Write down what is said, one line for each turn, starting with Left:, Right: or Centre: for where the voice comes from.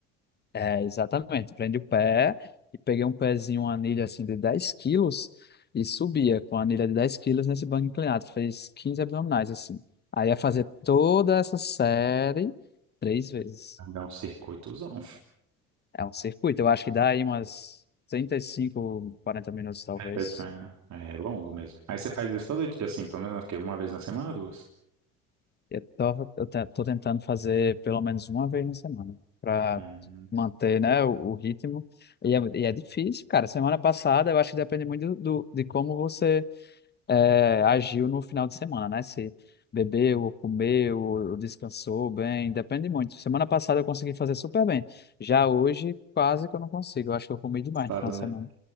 Left: É, exatamente. Prende o pé e peguei um pezinho, uma anilha assim de 10 quilos e subia com a anilha de 10 quilos nesse banco inclinado. Fez 15 abdominais, assim. Aí ia fazer toda essa série três vezes.
Right: É um circuitozão.
Left: É um circuito. Eu acho que dá aí umas 35 40 minutos, talvez.
Right: Repetições, né? É longo mesmo. Aí você faz isso todo dia, assim, pelo menos eu fiquei uma vez na semana, duas.
Left: Eu tava, eu te- tô tentando fazer pelo menos uma vez na semana para
Right: Hum,
Left: manter, né, o, o ritmo. E é, e é difícil, cara. Semana passada, eu acho que depende muito do, do- de como você é, agiu no final de semana, né? Se bebeu, ou comeu, ou descansou bem, depende muito. Semana passada eu consegui fazer super bem. Já hoje, quase que eu não consigo. Eu acho que eu comi demais
Right: estado,
Left: no final de
Right: né?
Left: semana.